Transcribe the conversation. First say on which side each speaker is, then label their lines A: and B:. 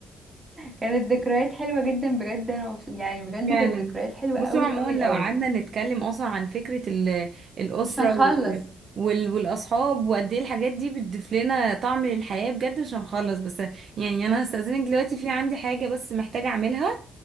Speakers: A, on the right; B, on the right.
A: كانت ذكريات حلوه جدا بجد انا مبسو- يعني بجد
B: فعلا
A: كانت ذكريات حلوه
B: بصوا
A: قوي
B: عموما
A: قوي قوي
B: لو قعدنا نتكلم اصلا عن فكرة ال- الأسرة
A: مش هنخلص
B: وال- وال- والأصحاب وقد ايه الحاجات دي بتضيف لنا طعم للحياة بجد مش هنخلص بس يعني انا هستأذنك دلوقتي في عندي حاجة بس محتاجة اعملها